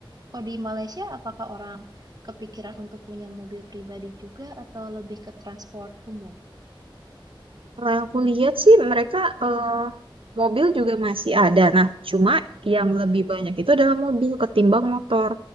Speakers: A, on the right; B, on the right.
A: Kalau di Malaysia, apakah orang kepikiran untuk punya mobil pribadi juga atau lebih ke transport umum?
B: Kalau yang aku lihat sih mereka eh, mobil juga masih ada. Nah, cuma yang lebih banyak itu adalah mobil ketimbang motor.